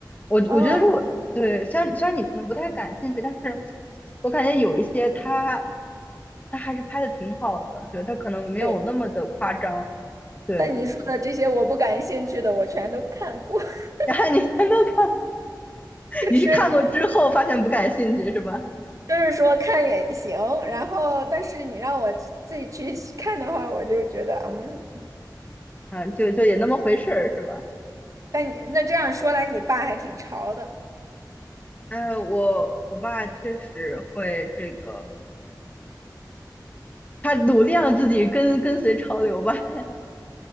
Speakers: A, on the left; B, on the right.
A: 我我觉得如果对，
B: 哦
A: 虽然虽然你可能不太感兴趣，但是我感觉有一些他他还是拍的挺好的，对，他可能没有那么的夸张，
B: 对，
A: 对。
B: 但你说的这些我不感兴趣的，我全都看过，<laughs>
A: <laughs> 然后你全都看，
B: 就是
A: 你是看过之后发现不感兴趣是吧？
B: 就是说看也行，然后但是你让我自己去看的话，我就觉得嗯。
A: 嗯，就就也那么回事儿是吧？
B: 但你那这样说来，你爸还挺潮的，
A: 哎，我我爸确实会这个，他努力让自己跟跟随潮流吧。<laughs>